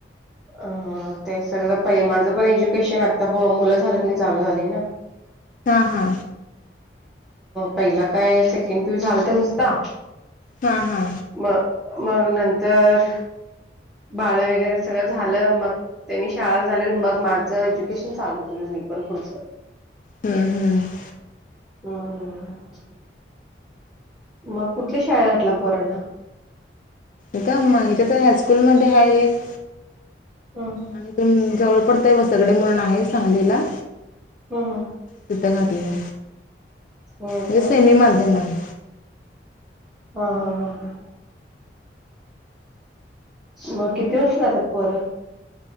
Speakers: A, in the centre; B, on the left.
A: अ ते सगळं पहि माझं पण एज्युकेशन आता ब मुलं झालं की चालू झाली ना
B: हां हा
A: पहिला काय सेकंड पी यु झालत नुसता.
B: हा हा
A: मग मग नंतर बाळ वगैरे सगळं झालं मग त्यांनी शाळा चाले मग माझं एज्युकेशन चालू केलं मी पण पुढचं.
B: हम्म हम्
A: हम् मग कुठल्या शाळा घातल्या पोरांना
B: एेत मा इ त्या तर हायस्कूलमध्ये आहे एक
A: हा हा
B: आणि तुम जवळ पडतय वसगडे म्हणून आहे सांगलीला
A: हं हं
B: तिथं घातलय,
A: होय
B: हे
A: काय?
B: सेमी माध्यम आहे.
A: हा हा हा ह मग किती वाजता जातात पोरं?